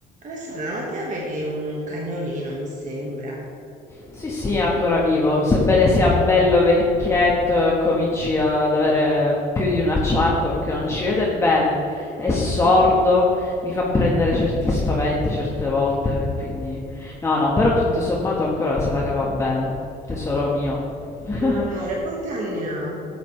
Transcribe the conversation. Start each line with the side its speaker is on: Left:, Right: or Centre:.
Right: Alessandra, ma te avevi un cagnolino, mi sembra.
Left: Sì, sì, è ancora vivo, sebbene sia bello vecchietto e cominci ad avere più di un acciacco perché non ci vede bene, è sordo,
Right: Mm,
Left: mi fa prendere certi spaventi certe volte, quindi no, no, però tutto sommato ancora se la cava bene, tesoro mio. <laughs>
Right: amore, quanti anni ha?